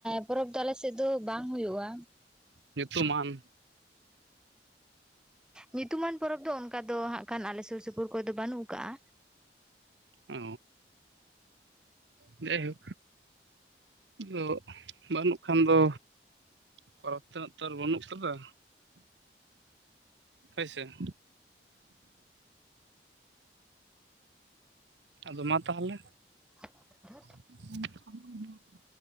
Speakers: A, in the centre; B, on the right.
A: ᱯᱚᱨᱚᱵ ᱫᱚ ᱟᱞᱮᱥᱮᱫ ᱫᱚ ᱵᱟᱝ ᱦᱩᱭᱩᱜᱼᱟ
B: ᱧᱩᱛᱩᱢᱟᱱ
A: ᱧᱩᱛᱩᱢᱟᱱ ᱯᱚᱨᱚᱵᱽ ᱫᱚ ᱚᱱᱠᱟ ᱫᱚ ᱦᱟᱜ ᱠᱷᱟᱱ ᱟᱞᱮ ᱥᱩᱨ ᱥᱩᱯᱩᱨ ᱠᱚᱨᱮ ᱫᱚ ᱵᱟᱹᱱᱩᱜ ᱟᱠᱟᱜᱼᱟ
B: ᱚ ᱡᱟᱭᱦᱳ ᱟ ᱵᱟᱹᱱᱩᱜ ᱠᱷᱟᱱ ᱫᱚ ᱯᱚᱨᱚᱵᱽ ᱛᱮᱱᱟᱜ ᱛᱚ ᱵᱟᱹᱱᱩᱜ ᱟᱠᱟᱫᱟ ᱦᱳᱭ ᱥᱮ ᱟᱫᱚ ᱢᱟ ᱛᱟᱦᱚᱞᱮ
A: ᱦ <unintelligible>
B: ᱠᱷᱚᱱ <unintelligible>